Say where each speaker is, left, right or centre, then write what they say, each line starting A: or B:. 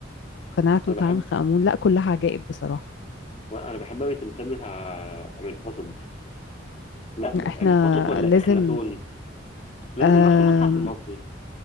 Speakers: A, on the left; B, on the left.
A: قناع توت
B: انا بحب
A: عنخ امون لا كلها عجائب بصراحه
B: انا بحب قوي التمثال بتاع امين حطب لا ب- امين
A: احنا
B: حطب ولا
A: لازم
B: اخناتون لازم
A: آم،
B: نروح المتحف المصري